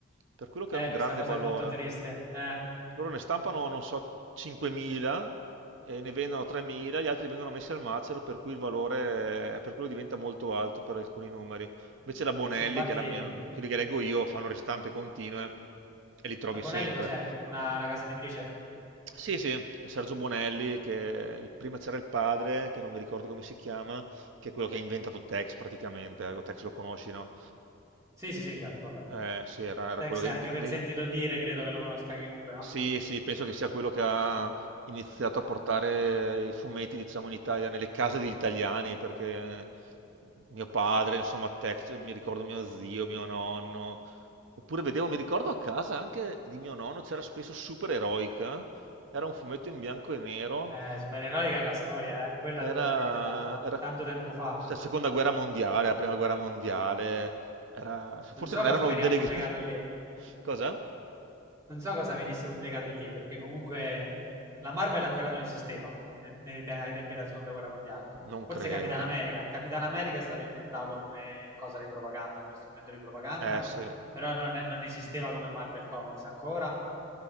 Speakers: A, on the right (about 70°); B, on the right (about 15°).
A: Per quello che
B: Eh,
A: hanno un
B: questa
A: grande
B: cosa
A: valore.
B: è molto triste. Eh,
A: Loro ne stampano, non so, 5.000 e ne vendono 3.000, gli altri vengono messi al macero, per cui il valore eh, per quello diventa molto alto per alcuni numeri. Invece la Bonelli,
B: sì, infatti,
A: che è la mia, quelli che leggo io, fanno ristampe continue e li trovi
B: la Bonelli
A: sempre.
B: cos'è? Una, una casa editrice?
A: Sì, sì, Sergio Bonelli, che il- prima c'era il padre, che non mi ricordo come si chiama, che è quello che ha inventato Tex praticamente, ecco, Tex lo conosci, no?
B: Sì, sì, sì, certo, vabbè.
A: Eh, sì, era, era
B: Tex
A: quello dei,
B: è anche per
A: dei-
B: sentito dire, credo che lo conosca chiunque, no?
A: Sì, sì, penso che sia quello che ha iniziato a portare i fumetti, diciamo, in Italia, nelle case degli italiani, perché mio padre, insomma, Tex, mi ricordo mio zio, mio nonno, oppure vedevo, mi ricordo a casa anche di mio nonno, c'era spesso Super Eroica, era un fumetto in bianco e nero,
B: Eh, supereroica è la storia, eh. Quella
A: era,
B: è veramente tanta ro-
A: era
B: tanto tempo fa.
A: la seconda guerra mondiale, la prima guerra mondiale, era- forse
B: Non so
A: non erano
B: cosa veniva
A: delle
B: pubblicato
A: grandi...
B: lì.
A: <laughs> Cosa?
B: Non so cosa venisse pubblicato lì, perché comunque la Marvel ancora non esisteva ne- nei te- ai tempi della Seconda Guerra Mondiale.
A: Non
B: Forse
A: credo.
B: Capitan America. Capitan America è stato inventato come cosa di propaganda, come strumento di propaganda,
A: Eh sì.
B: però non, è- non esisteva come Marvel Comics ancora.